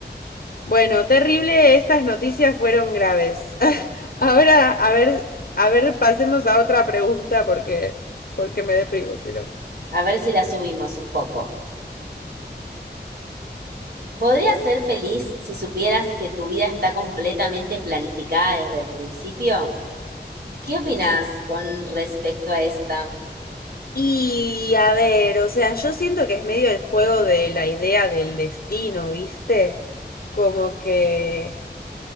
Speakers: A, on the left; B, on the right.
A: Bueno, terrible, estas noticias fueron graves. <laughs> Ahora, a ver, a ver, pasemos a otra pregunta porque, porque me deprimo, si no.
B: A ver si la subimos un poco. ¿Podrías ser feliz si supieras que tu vida está completamente planificada desde el principio? ¿Qué opinas con respecto a esta?
A: Y a ver, o sea, yo siento que es medio el juego de la idea del destino, ¿viste? Como que